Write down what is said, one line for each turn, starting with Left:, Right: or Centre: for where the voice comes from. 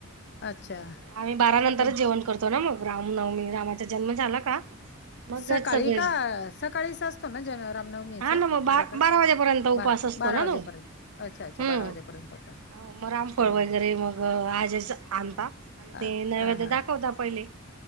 Left: अच्छा.
Right: आम्ही बारा नंतरच
Left: तर
Right: जेवण करतो ना मग. रामनवमी, रामाचा जन्म झाला का मग
Left: सकाळी
Right: सगळे.
Left: का सकाळीच असतो ना जन रामनवमीचा
Right: हा ना, मग. बारा-
Left: कार्यक्रम
Right: बारा वाजेपर्यंत उपवास
Left: बारा
Right: असतो
Left: बारा
Right: ना
Left: वाजेपर्यंत
Right: तो.
Left: अच्छा अच्छा
Right: हम्म.
Left: बारा वाजेपर्यंत
Right: मग रामफळ
Left: हम्म
Right: वगैरे मग, आज्याच आणता. अन्
Left: हा
Right: ते नैवेद्य
Left: हा हा
Right: दाखवता पहिले.